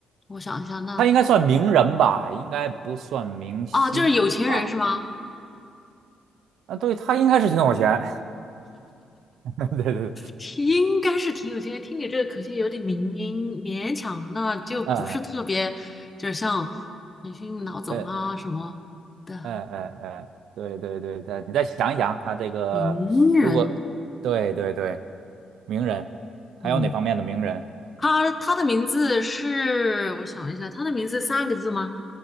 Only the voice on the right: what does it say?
他应该算名人吧，应该不算明星吧？
啊，对，他应该是挺有钱，<laughs> 对对对，
嗯，
呃呃呃呃呃，对对对对，你再想一想，他这个如果，
对对对，名人，还有哪方面的名人？